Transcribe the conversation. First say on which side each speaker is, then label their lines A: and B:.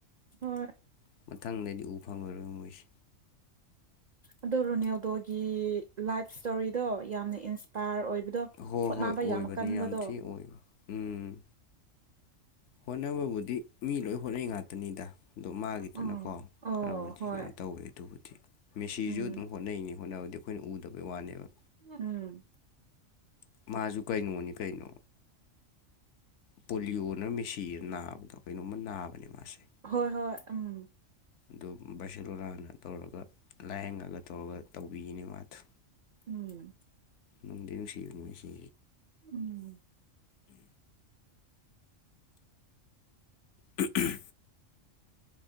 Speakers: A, on the right; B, on the left.
A: ꯍꯣꯏ
B: ꯃꯊꯪꯗꯗꯤ ꯎ ꯐꯪꯉꯔꯣꯏ ꯃꯣꯏꯁꯦ
A: ꯑꯗꯣ ꯔꯣꯅꯦꯜꯗꯣꯒꯤ ꯂꯥꯏꯐ ꯏꯁꯇꯣꯔꯤꯗꯣ ꯌꯥꯝꯅ ꯏꯟꯁꯄꯔ ꯑꯣꯏꯕꯗꯣ
B: ꯍꯣꯏ
A: ꯍꯣꯠꯅꯕ
B: ꯍꯣꯏ ꯑꯣꯏꯕꯅꯤ
A: ꯀꯟꯕꯗꯣ
B: ꯌꯥꯝ ꯊꯤ ꯑꯣꯏꯕ ꯎꯝ ꯎꯝ ꯍꯣꯠꯅꯕꯕꯨꯗꯤ ꯃꯤ ꯂꯣꯏ ꯍꯣꯠꯅꯩ ꯉꯥꯛꯇꯅꯤꯗ ꯑꯗꯣ ꯃꯥꯒꯤꯗꯨꯅꯀꯣ
A: ꯎꯝ ꯑꯣ
B: ꯈꯔꯕꯨꯗꯤ
A: ꯍꯣꯏ
B: ꯀꯩꯅꯣ ꯇꯧꯋꯦ ꯑꯗꯨꯕꯨꯗꯤ ꯃꯦꯁꯤꯁꯨ
A: ꯎꯝ
B: ꯑꯗꯨꯝ ꯍꯣꯠꯅꯩꯅꯤ ꯍꯣꯠꯅꯕꯗꯤ ꯑꯩꯈꯣꯏꯅ ꯎꯗꯕꯩ ꯋꯥꯅꯦꯕ
A: ꯎꯝ
B: ꯃꯥꯁꯨ ꯀꯩꯅꯣꯅꯤ ꯀꯩꯅꯣ ꯄꯣꯂꯤꯑꯣꯣꯅ ꯃꯦꯁꯤ ꯅꯥꯕꯗꯣ ꯀꯩꯅꯣꯝꯃ ꯅꯥꯕꯅꯦ ꯃꯥꯁꯦ
A: ꯍꯣꯏ ꯍꯣꯏ ꯎꯝ
B: ꯑꯗꯨ ꯕꯥꯔꯁꯦꯂꯣꯂꯥꯅ ꯇꯧꯔꯒ ꯂꯥꯏꯌꯦꯡꯉꯒ ꯇꯧꯔꯒ ꯇꯧꯕꯤꯈꯤꯅꯤ ꯃꯥꯗꯨ
A: ꯎꯝ
B: ꯅꯣꯡꯗꯦ ꯅꯨꯡꯁꯤꯌꯨꯝ ꯁꯤ
A: ꯎꯝ
B: ꯎ